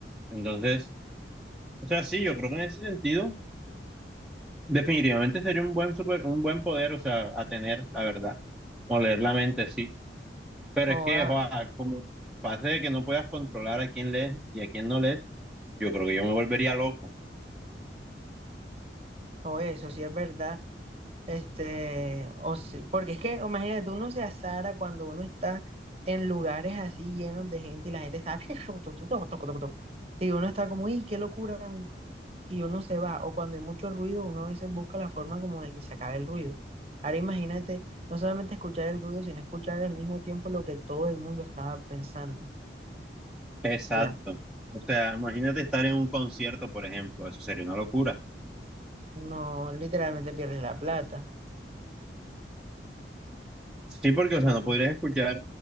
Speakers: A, in the centre; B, on the right.
A: Entonces, o sea, sí, yo creo que en ese sentido, definitivamente sería un buen super, un buen poder, o sea, a tener, la verdad, o leer la mente, sí. Pero
B: O,
A: es que,
B: ah,
A: joa, como pase de que no puedas controlar a quién lees y a quién no lees, yo creo que yo me volvería loco.
B: o eso, si es verdad Este, o si- porque es que, imagínate, uno se azara cuando uno está en lugares así llenos de gente y la gente está <laughs> y uno está como, ¡y qué locura! Y uno se va, o cuando hay mucho ruido, uno a veces busca la forma como de que se acabe el ruido. Ahora imagínate, no solamente escuchar el ruido, sino escuchar al mismo tiempo lo que todo el mundo estaba pensando.
A: Exacto.
B: Ya,
A: O sea, imagínate estar en un concierto, por ejemplo, eso sería una locura.
B: no, literalmente pierdes la plata.
A: Sí, porque, o sea,
B: Claro.
A: no podrías escuchar